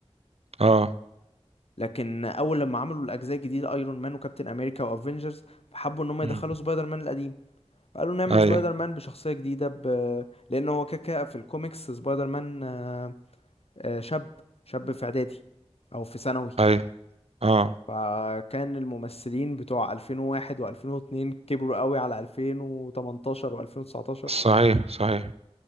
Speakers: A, on the right (about 65°); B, on the left (about 60°).
A: اه
B: لكن اول لما عملوا الاجزاء الجديدة ايرون مان وكابتن امريكا وافنجرز فحبوا ان هم
A: مم.
B: يدخلوا سبايدر مان القديم فقالوا نعمل
A: اي
B: سبايدر مان بشخصية جديدة ب... لان هو كاكا في الكوميكس سبايدر مان آه، آه، شاب شاب في اعدادي او في ثانوي
A: اي اه
B: فكان الممثلين بتوع 2001 و2002 كبروا قوي على 2018 و2019
A: صحيح صحيح